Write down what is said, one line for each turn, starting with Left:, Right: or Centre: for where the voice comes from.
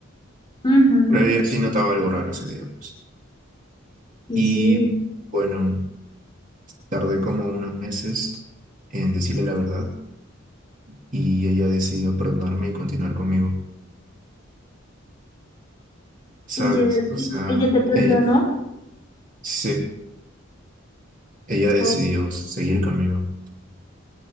Left: Ujú.
Right: Pero ella sí notaba algo raro ese día, pues.
Left: Y
Right: Y
Left: sí,
Right: bueno, tardé como unos meses en decirle la verdad y ella decidió perdonarme y continuar conmigo, ¿sabes?
Left: ella,
Right: O sea,
Left: ella te perdonó.
Right: eh, se- ella decidió
Left: ¿O-
Right: seguir conmigo.